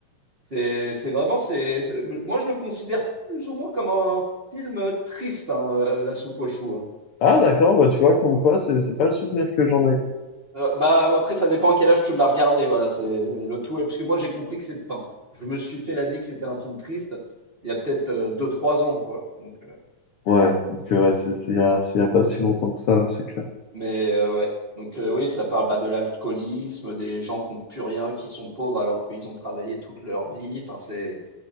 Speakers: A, on the right; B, on the left.
A: C'est c'est vraiment c'est c'est- moi je le considère plus ou moins comme un film triste, hein, euh, La soupe aux choux. hein.
B: Ah, d'accord, bah tu vois, comme quoi, c'est c'est pas le souvenir que j'en ai. quoi.
A: Euh, bah après ça dépend à quel âge tu l'as regardé. Voilà, c'est c'est le tout. ouais, Parce que moi j'ai compris que c'était, enfin, je me suis fait la vie que c'était un film triste il y a peut-être euh, deux trois ans quoi. Donc. euh,
B: Ouais, donc euh, ouais, c'est c'est il y a, c'est il y a pas si longtemps que ça, c'est clair.
A: Mais euh, ouais, donc euh, oui, ça parle bah, de l'alcoolisme, des gens qui n'ont plus rien, qui sont pauvres alors qu'ils ont travaillé toute leur vie. Enfin, c'est